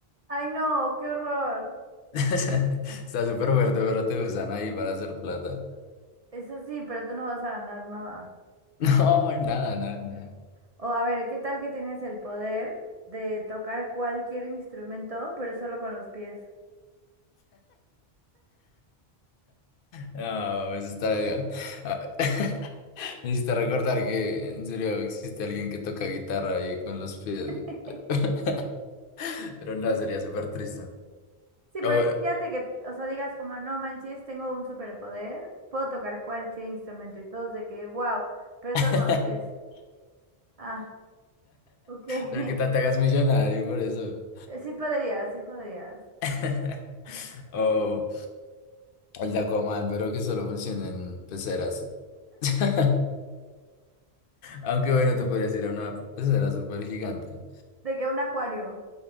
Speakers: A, on the right (about 50°); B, on the left (about 65°).
A: Ay, no, qué horror.
B: <laughs> Está súper fuerte, pero te usan ahí para hacer plata. <laughs>
A: Eso sí, pero tú no vas a ganar nada.
B: No, nada, nada, nada.
A: O a ver, ¿qué tal que tienes el poder de tocar cualquier instrumento, pero solo con los pies?
B: No, pues está... ah, <laughs> Me hiciste recordar que en serio existe alguien que toca guitarra ahí con los pies, güey,
A: <laughs>
B: pero, <laughs> pero no, sería súper triste.
A: Sí, pero
B: Ahora-
A: imagínate que, o sea, digas como, no manches, tengo un superpoder, puedo tocar cualquier instrumento y todos de que, wow, pero
B: <laughs>
A: solo con los pies. Ah, ok. <laughs>
B: Pero que tal te hagas millonario por eso.
A: Sí podrías, sí podrías.
B: <laughs> O el de Aquaman, pero que solo funciona en peceras. <laughs> Aunque bueno, te podrías ir a una pecera súper gigante.
A: De que un acuario.